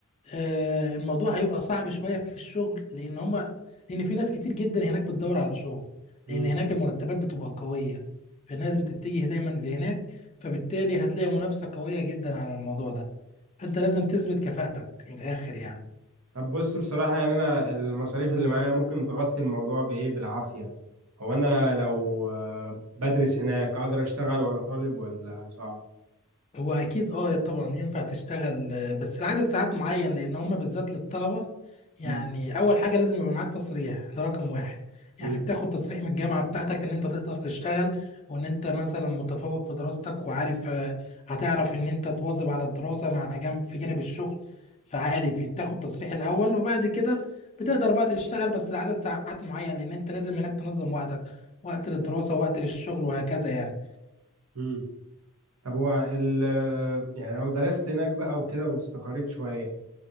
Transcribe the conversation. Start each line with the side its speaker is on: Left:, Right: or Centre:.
Left: آه، الموضوع هيبقى صعب شوية في الشغل لأن هما لأن في ناس كتير جدا هناك بتدور على شغل
Right: امم
Left: لأن هناك المرتبات بتبقى قوية فالناس بتتجه دايما لهناك فبالتالي هتلاقي منافسة قوية جدا على الموضوع ده فأنت لازم تثبت كفاءتك من الآخر يعني
Right: طب بص بصراحة يعني انا المصاريف اللي معايا ممكن تغطي الموضوع بايه بالعافية هو انا لو آه، بدرس هناك اقدر اشتغل وانا طالب ولا صعب
Left: هو اكيد اه طبعا ينفع تشتغل آه، بس لعدد ساعات معين لان هم بالذات للطلبه يعني
Right: امم
Left: اول حاجه لازم يبقى معاك تصريح ده رقم واحد يعني
Right: امم
Left: بتاخد تصريح من الجامعه بتاعتك ان انت تقدر تشتغل وان انت مثلا متفوق في دراستك وعارف آه، هتعرف ان انت تواظب على الدراسه مع جنب في جانب الشغل فعادي بتاخد تصريح الاول وبعد كده بتقدر بقى تشتغل بس لعدد ساعات معين لان انت لازم هناك تنظم وقتك وقت للدراسه وقت للشغل وهكذا يعني
Right: امم طب هو ال يعني لو درست هناك بقى وكده واستقريت شوية